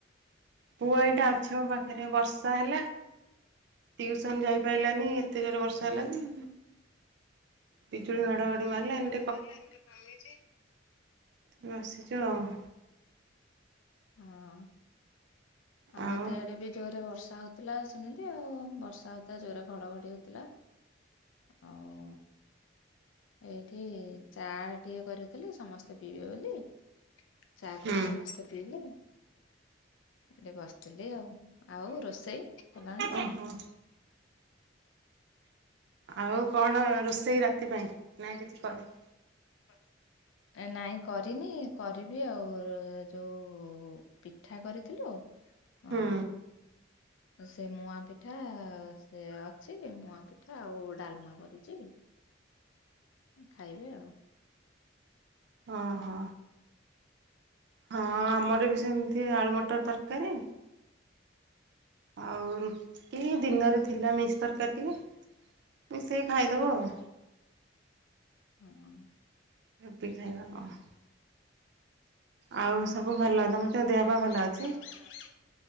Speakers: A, on the right; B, on the left.
A: ପୁଅ ଏଇଟା ଅଛି ମୋ ପାଖରେ ବର୍ଷା ହେଲା। ଟିଉସନ ଯାଇପାରିଲାନି ଏତେ ଜୋର ବର୍ଷା ହେଲା ଯେ ବିଜୁଳି
B: ଓହୋ
A: ଘଡ଼ଘଡ଼ି
B: ବିଜୁଳି
A: ମାରିଲା
B: ଘଡ଼ଘଡ଼ି
A: ଏଇନେ
B: ମାରିଲା ଏଇନେ ଟିକେ କମିଚି।
A: ବସିିଚୁ ଆଉ।
B: ହଁ। ଆମର
A: ଆଉ
B: ତ ଏଆଡେ ବି ଜୋରରେ ବର୍ଷା ହଉ ଥିଲା ସେମିତି ଆଉ ବର୍ଷା ହଉଥିଲା ଜୋରେ ଘଡଘଡି ହଉଥିଲା। ଆଉ ଏଇଠି ଚା ଟିକେ କରିଥିଲି ସମସ୍ତେ ତେ ପିଇବେ ବୋଲି ଚା
A: ହୁଁ
B: କଲି ସମସ୍ତେ ପିଇଲେ। ଏଠି ବସିଥିଲି ଆଉ ଆଉ ରୋଷେଇ? କଲାଣି?
A: ଓହୋ। ଆଉ କଣ ରୋଷେଇ ରାତି ପାଇଁ ନା କିଛି କରି
B: <inaudible> ନାଇଁ କରିନି କରିବି ଆଉ ଯୋଉ ପିଠା କରିଥିଲୁ।
A: ହୁଁ
B: ଓ ସେ ମୁଆଁ ପିଠା ସେ ଅଛି ମୁଆଁ ପିଠା ଆଉ ଡାଲମା କରିଚି। ଖାଇବେ ଆଉ।
A: ଓଁ ହୋ ହଁ ଆମ୍ ଆମର ବି ସେମିତି ଆଳୁ ମଟର ତରକାରୀ ଆଉ ରୁଟି। ଦିନରେ ଥିଲା ମିକ୍ସ ତରକାରୀ ଟିକେ ମିଶାଇକି ଖାଇଦବ ଆଉ।
B: ହୁଁ।
A: ତି ଖାଇବା କଣ? ଆଉ ସବୁ ଭଲ
B: ଆଉ ସବୁ
A: ତମର
B: ଭଲ
A: ଦେହ ପା
B: ତମର ସବୁ
A: ଅଛି?
B: ଦେହ ପା ଭଲ ଅଛି?